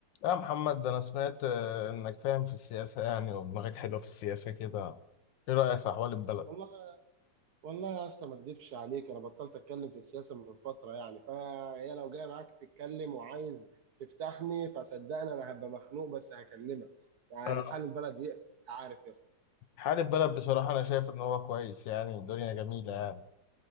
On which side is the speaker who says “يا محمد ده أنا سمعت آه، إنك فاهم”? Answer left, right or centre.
Left